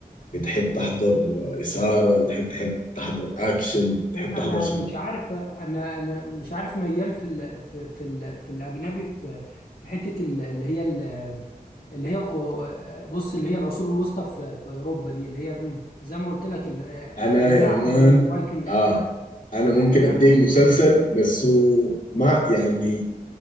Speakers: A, on the left; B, on the left.
A: بتحب تحضر آه، إثارة بتحب تحب تحضر أكشن بتحب تحضر
B: انا
A: شنو
B: مش عارف انا انا مش عارف ميال في ال في في ال في الاجنبي في في حته ال- اللي هي ال- اللي هي أو- بص اللي هي العصور الوسطى في في اوروبا دي اللي هي زي ما قلت لك ال-
A: أنا
B: منها
A: يا مان
B: حاجه زي الفايكنج
A: آه
B: كده
A: أنا ممكن
B: يعني
A: أديك مسلسل بس هو ما يعني